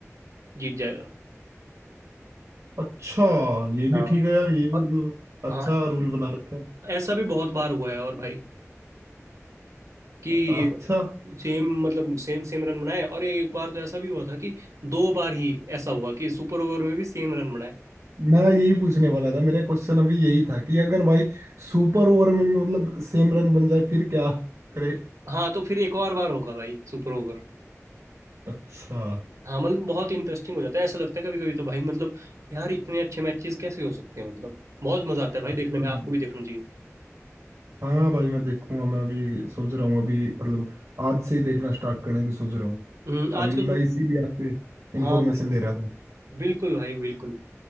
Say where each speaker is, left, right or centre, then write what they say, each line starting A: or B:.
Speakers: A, on the right; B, on the right.
A: जीत जाएगा
B: अच्छा ये भी
A: हाँ
B: ठीक है यार ये भी
A: और
B: मतलब
A: हाँ
B: अच्छा रूल बना रखा है
A: ऐसा भी बहुत बार हुआ है और भाई कि
B: अच्छा
A: सेम मतलब सेम सेम रन बनाए और एक बार तो ऐसा भी हुआ था कि दो बार ही ऐसा हुआ कि सुपर ओवर में भी सेम रन बनाए
B: मैं यही पूछने वाला था मेरा क्वेश्चन अभी यही था कि अगर भाई सुपर ओवर में भी मतलब सेम रन बन जाए फिर क्या करे
A: हाँ तो फिर एक और बार होगा भाई सुपर ओवर
B: अच्छा
A: हाँ मतलब बहुत इंटरेस्टिंग हो जाता है ऐसा लगता है कभी कभी तो भाई मतलब यार इतने अच्छे मैचेस कैसे हो सकते हैं मतलब बहुत मजा आता है भाई देखने
B: हम्म,
A: में आपको भी देखना चाहिए
B: हाँ भाई मैं देखूंगा मैं अभी सोच रहा हूँ अभी मतलब आज से ही देखना स्टार्ट करने की सोच रहा हूँ
A: हम्म, आजकल
B: अभी
A: तो
B: मैं इसीलिए आपसे इन्फॉर्मेशन
A: हाँ भाई
B: ले रहा था
A: बिल्कुल भाई बिल्कुल